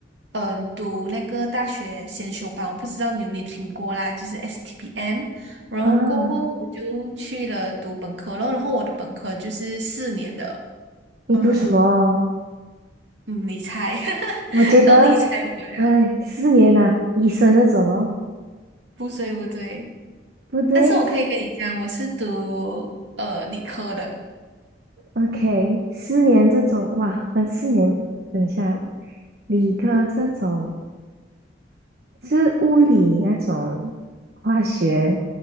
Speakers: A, on the right; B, on the right.
A: 嗯，读那个大学先修班，我不知道你有没有听过啦，就是 STPM，然后过后我就去了读本科咯，
B: 啊，
A: 然后我的本科就是四年的，
B: 你读什么？
A: 嗯嗯，你猜，<laughs>
B: 我觉得，
A: 当你猜我了，
B: 哎，四年呐、医生那种哦，
A: 不对不对。
B: 不对
A: 但是我可以跟你讲，我是读呃理科的。
B: ，OK，四年这种，哇，那四年，等一下，理科这种是物理那种，化学、